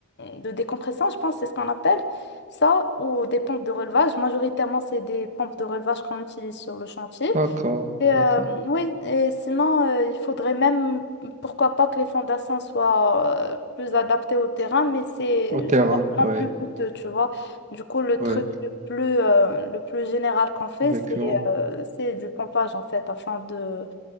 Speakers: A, on the left (about 50°); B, on the right (about 35°).
A: hum, de décompression, je pense, c'est ce qu'on appelle ça, ou des pompes de relevage. Majoritairement, c'est des pompes de relevage qu'on utilise sur le chantier.
B: D'accord,
A: Et, euh,
B: d'accord.
A: oui, et sinon, euh, il faudrait même, pourquoi pas, que les fondations soient euh, plus adaptées au terrain, mais c'est
B: Au terrain,
A: généralement
B: ouais,
A: plus coûteux, tu vois. Du coup, le
B: ouais.
A: truc le plus, euh, le plus général qu'on fait,
B: Récurrent.
A: c'est euh, c'est du pompage, en fait, afin de,